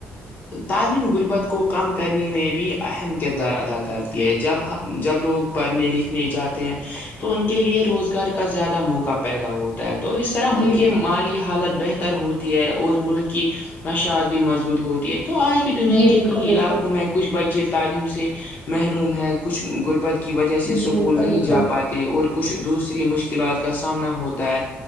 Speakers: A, on the left (about 40°); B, on the left (about 15°).
A: تعلیم غربت کو کم کرنے میں بھی اہم کردار ادا کرتے ہے جب ہم جب لوگ پڑھنے لکھنے جاتے ہیں تو ان کے لیے روزگار کا زیادہ موقع پیدا ہوتا ہے تو اس طرح ان
B: جی
A: کے
B: جی
A: مالی حالت بہتر ہوتی ہے اور ملک کی مشاعت بھی مضبوط ہوتی ہے تو آج بھی دنیا
B: جی
A: کے
B: بالکل
A: کئی علاقوں
B: بالکل
A: میں کچھ بچے تعلیم سے محروم ہیں کچھ غربت کی وجہ سے
B: جی
A: سکول
B: بالکل
A: نہیں
B: بالکل
A: جا پاتے اور کچھ دوسری مشکلات کا سامنا ہوتا ہے